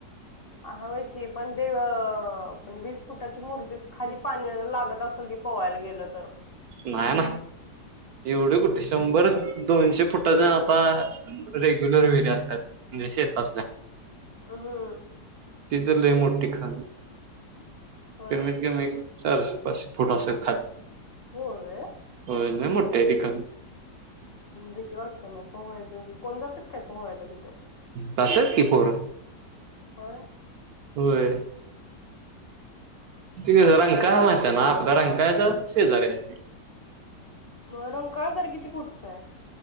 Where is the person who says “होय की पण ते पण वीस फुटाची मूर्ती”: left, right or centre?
Left